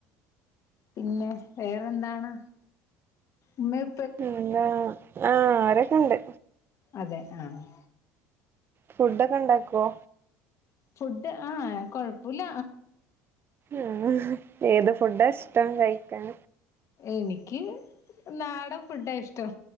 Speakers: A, on the left; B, on the right.
A: പിന്നെ വേറെന്താണ് ഉമ്മയ്
B: പിന്നാ ആഹ് ആരൊക്കെണ്ട്
A: അതെ ആഹ്
B: ഫുഡോക്കെ ഉണ്ടാക്കുവോ
A: ഫുഡ് ആഹ് കൊഴപ്പുല്ല
B: ഉം ഏത് ഫുഡാ ഇഷ്ടം കഴിക്കാൻ
A: എനിക്ക് നാടൻ ഫുഡാ ഇഷ്ടം